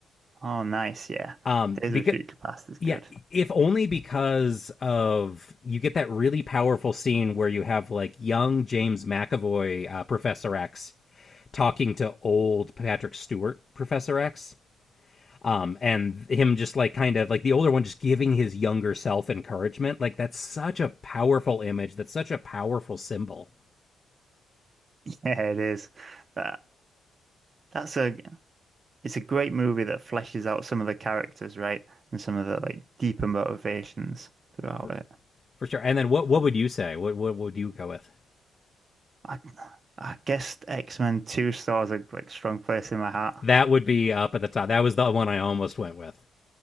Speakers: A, on the right; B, on the left.
A: Oh, nice. Yeah.
B: Um,
A: Days
B: because
A: of Future Past is good.
B: yeah,
A: <laughs>
B: if only because of you get that really powerful scene where you have like young James McAvoy, uh, Professor X, talking to old Patrick Stewart, Professor X. Um, and him just like kind of like the older one just giving his younger self encouragement. Like that's such a powerful image. That's such a powerful symbol
A: Yeah, it is. That that's a it's a great movie that fleshes out some of the characters, right? And some of the like deeper motivations throughout
B: for
A: it.
B: for sure. And then what what would you say? What what would you go with?
A: I I guess X-Men 2 stars a like strong place in my heart.
B: That would be up at the top. That was the one I almost went with.